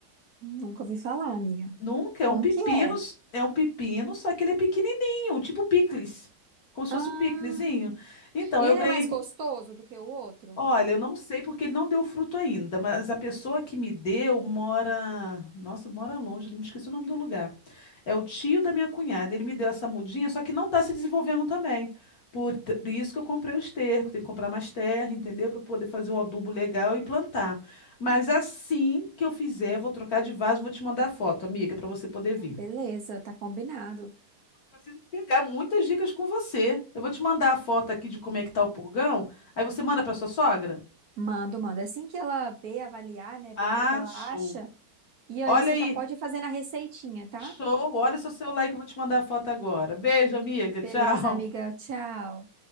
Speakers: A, on the right; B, on the left.
A: Nunca ouvi falar, amiga.
B: Nunca, é
A: Como
B: um pepino,
A: que é?
B: s- é um pepino, só que ele é pequenininho, tipo picles. Como se
A: Ah,
B: fosse um piclezinho. Então,
A: e
B: eu
A: ele
B: ganhei
A: é mais gostoso do que o outro?
B: Olha, eu não sei porque ele não deu fruto ainda, mas a pessoa que me deu mora. Nossa, mora longe, me esqueci o nome do lugar. É o tio da minha cunhada. Ele me deu essa mudinha, só que não está se desenvolvendo também. Por t- isso que eu comprei o esterco. Tem que comprar mais terra, entendeu? Para poder fazer um adubo legal e plantar. Mas assim que eu fizer, eu vou trocar de vaso, vou te mandar a foto, amiga, para você poder
A: Não,
B: ver.
A: beleza, tá combinado.
B: Preciso pegar muitas dicas com você. Eu vou te mandar a foto aqui de como é que tá o purgão. Aí você manda para sua sogra?
A: Mando, manda. É Assim que ela ver, avaliar, né? Ver
B: Acho.
A: o que ela acha. E aí
B: Olha
A: você
B: aí.
A: já pode fazer na receitinha, tá?
B: Show. Olha o seu celular aí que eu vou te mandar a foto agora. Beijo, amiga.
A: Beleza,
B: Tchau.
A: amiga. Tchau.